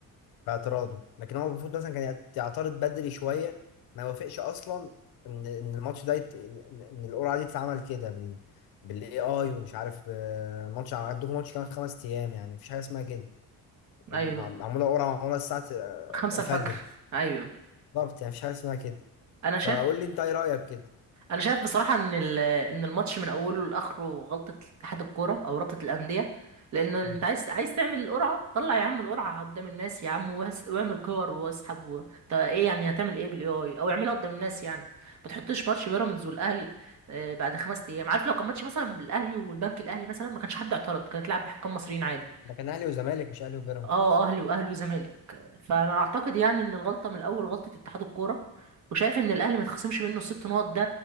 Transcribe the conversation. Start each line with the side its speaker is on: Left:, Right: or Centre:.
Left: في اعتراضه لكن هو المفروض مثلا كان يعت- يعترض بدري شويه ما يوافقش اصلا ان ان الماتش ده يت... ان إن- إن القرعه دي تتعمل كده بال... بالاي اي ومش عارف ب- ماتش عندكم ماتش كمان خمس ايام يعني مفيش حاجه اسمها كده ومعمول
Right: ايوه
Left: اقرا معموله الساعه آه،
Right: خمسة
Left: الفجر
Right: الفجر ايوه
Left: بالظبط يعني مفيش حاجه اسمها كده
Right: انا
Left: فقول
Right: شايف
Left: لي انت ايه رايك كده
Right: انا شايف بصراحه ان ال- ان الماتش من اوله لاخره غلطه اتحاد الكوره او رابطه الانديه لانه انت
Left: مم.
Right: عايز عايز تعمل القرعه طلع يا عم القرعه قدام الناس يا عم واس- واعمل كور واسحب و... طب ايه يعني هتعمل ايه بالاي اي او اعملها قدام الناس يعني ما تحطش ماتش بيراميدز والاهلي آه، بعد خمس ايام عارف لو كان ماتش مثلا الاهلي والبنك الاهلي مثلا ما كانش حد اعترض كانت لعب بحكام مصريين عادي
Left: ده كان اهلي وزمالك مش اهلي وبيراميدز
Right: اه اهلي واهلي وزمالك فانا اعتقد يعني ان الغلطه من الاول غلطه اتحاد الكوره وشايف ان الاهلي ما يتخصمش منه الست نقط ده